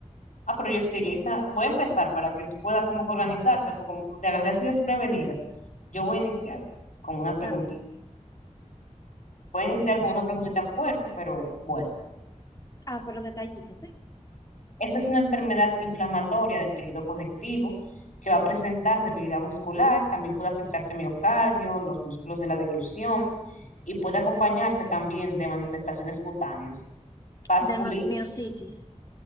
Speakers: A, on the left (about 70°); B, on the left (about 30°).
A: Ah, pero yo estoy lista. Voy a empezar para que tú puedas como que organizarte, porque como te agarré así desprevenida, yo voy a iniciar con una
B: Está
A: preguntita.
B: bien.
A: Voy a iniciar con una preguntita fuerte, pero bueno.
B: Ah, pero detallitos, ¿eh?
A: Esta es una enfermedad inflamatoria del tejido conectivo que va a presentar debilidad muscular, también puede afectarte miocardio, los músculos de la deglución y puede acompañarse también de manifestaciones cutáneas, vasculitis,
B: Del Dermatomiositis.